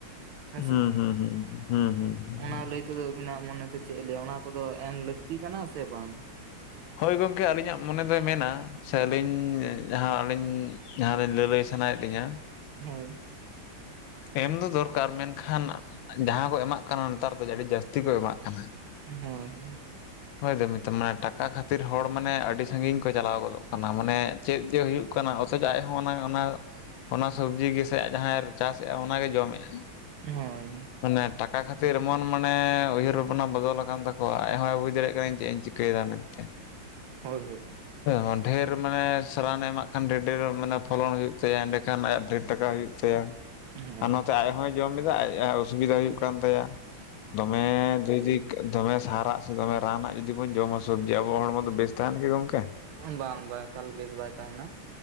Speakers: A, on the left (about 75°); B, on the right (about 80°).
A: ᱦᱩᱸ
B: ᱦᱮᱸᱥᱮ
A: ᱦᱩᱸ ᱦᱩᱸ ᱦᱸ ᱦᱩᱸ ᱦᱩᱸ ᱦᱩᱸ
B: ᱚᱱᱟ
A: ᱦᱩᱸ
B: ᱞᱟᱹᱭ ᱛᱮᱫᱚ ᱟᱵᱤᱱᱟᱜ ᱢᱚᱱᱮᱛᱮ ᱪᱮᱫ ᱮ ᱞᱟᱹᱭᱟ ᱚᱱᱟ ᱠᱚᱫᱚ ᱮᱢ ᱞᱟᱹᱠᱛᱤ ᱠᱟᱱᱟ ᱥᱮ ᱵᱟᱝ
A: ᱦᱳᱭ ᱜᱚᱢᱠᱮ ᱟᱹᱞᱤᱧᱟᱜ ᱢᱚᱱᱮ ᱫᱚᱭ ᱢᱮᱱᱟ ᱥᱮ ᱟᱹᱞᱤᱧ ᱡᱟᱦᱟᱸ ᱟᱹᱞᱤᱧ ᱡᱟᱦᱟᱸ ᱟᱞᱤᱧ ᱞᱟᱹᱞᱟᱹᱭ ᱥᱟᱱᱟᱭᱮᱫ ᱞᱤᱧᱟᱹ
B: ᱦᱳᱭ
A: ᱮᱢ ᱫᱚ ᱫᱚᱨᱠᱟᱨ ᱢᱮᱱᱠᱷᱟᱱ ᱡᱟᱦᱟᱸ ᱠᱚ ᱮᱢᱟᱜ ᱠᱟᱱᱟ ᱱᱮᱛᱟᱨ ᱫᱚ ᱟᱹᱰᱤ ᱡᱟᱹᱥᱛᱤ ᱠᱚ ᱮᱢᱟᱜ ᱠᱟᱱᱟ
B: ᱦᱚᱭ ᱦᱚᱭ
A: ᱦᱚᱭ ᱫᱚᱢᱤᱛᱚ ᱢᱟᱱᱮ ᱴᱟᱠᱟ ᱠᱷᱟᱹᱛᱤᱨ ᱦᱚᱲ ᱢᱟᱱᱮ ᱟᱹᱰᱤ ᱥᱟᱺᱜᱤᱧ ᱠᱚ ᱪᱟᱞᱟᱣ ᱜᱚᱫᱚᱜ ᱠᱟᱱᱟ ᱚᱱᱟ ᱢᱟᱱᱮ ᱪᱮᱫ ᱡᱮ ᱦᱩᱭᱩᱜ ᱠᱟᱱᱟ ᱚᱛᱷᱚᱡ ᱟᱡᱦᱚᱸ ᱚᱱᱟ ᱚᱱᱟ ᱚᱱᱟ ᱥᱚᱵᱡᱤ ᱜᱮᱥᱮ ᱟᱡ ᱡᱟᱦᱟᱸ ᱪᱟᱥᱮᱫᱼᱟ ᱚᱱᱟᱜᱮ ᱡᱚᱢᱮᱫᱼᱟ
B: ᱦᱮᱸᱧ
A: ᱢᱟᱱᱮ ᱴᱟᱠᱟ ᱠᱷᱟᱹᱛᱤᱨ ᱮᱢᱚᱱ ᱢᱟᱱᱮ ᱩᱭᱦᱟᱹᱨ ᱵᱷᱟᱵᱽᱚᱱᱟ ᱵᱚᱫᱚᱞ ᱟᱠᱟᱱ ᱛᱟᱠᱚᱣᱟ ᱟᱡᱦᱟᱭ ᱵᱩᱡ ᱫᱟᱲᱮᱭᱟᱜ ᱠᱟᱱᱟᱹᱧ ᱪᱮᱫ ᱤᱧ ᱪᱤᱠᱟᱭᱫᱟ ᱢᱮᱱᱛᱮ
B: ᱦᱳᱭ ᱦᱳᱭ
A: ᱦᱮᱸ ᱰᱷᱮᱨ ᱢᱟᱱᱮ ᱨᱟᱱᱮ ᱮᱢᱟᱜ ᱠᱷᱟᱱ ᱰᱷᱮᱨ ᱰᱷᱮᱨ ᱢᱟᱱᱮ ᱯᱷᱚᱞᱚᱱ ᱦᱩᱭᱩᱜ ᱛᱟᱭᱟ ᱮᱸᱰᱮᱠᱷᱟᱱ ᱟᱭᱟᱜ ᱰᱷᱮᱨ ᱴᱟᱠᱟ ᱦᱩᱭᱩᱜ ᱛᱟᱭᱟ
B: ᱦᱩᱸ
A: ᱟᱨ ᱱᱚᱛᱮ ᱟᱡ ᱦᱚᱸᱭ ᱡᱚᱢ ᱮᱫᱟ ᱟᱡ ᱚᱥᱩᱵᱤᱫᱟ ᱦᱩᱭᱩᱜ ᱠᱟᱱ ᱛᱟᱭᱟ ᱫᱚᱢᱮ ᱫᱷᱤᱨᱤ ᱫᱚᱢᱮ ᱥᱟᱨᱟᱜ ᱥᱮ ᱫᱚᱢᱮ ᱨᱟᱱᱟᱜ ᱡᱩᱫᱤ ᱵᱚᱱ ᱡᱚᱢᱟ ᱥᱚᱵᱡᱤ ᱟᱵᱚᱣᱟᱜ ᱦᱚᱲᱢᱚ ᱫᱚ ᱵᱮᱥ ᱛᱟᱦᱮᱱᱟ ᱠᱤ ᱜᱚᱝᱠᱮ
B: ᱵᱟᱝ ᱵᱟᱝ ᱮᱠᱟᱞ ᱵᱮᱥ ᱵᱟᱭ ᱛᱟᱦᱮᱱᱟ